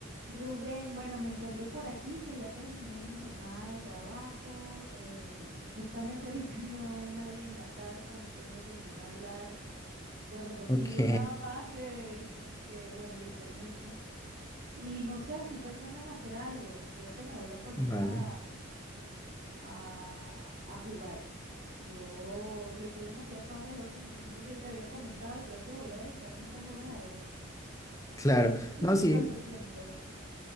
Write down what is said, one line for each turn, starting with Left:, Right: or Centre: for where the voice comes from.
Right: Rubén, bueno, me encuentro por aquí que ya terminé mi jornada de trabajo. eh, justamente ahorita <laughs> no hay nadie en la casa, no tengo con quién hablar. Bueno, contigo
Left: Ok,
Right: nada más que, que, bueno, virtualmente. Y no sé, estoy pensando en hacer algo. Creo que me voy a poner
Left: vale.
Right: a, a, a jugar. Yo, yo soy demasiado fan de los Sims. Yo no sé si te había comentado y creo que voy a dedicarme estas horas a eso.
Left: Claro.
Right: ¿Cuál es tu
Left: No, sí.
Right: pasatiempo?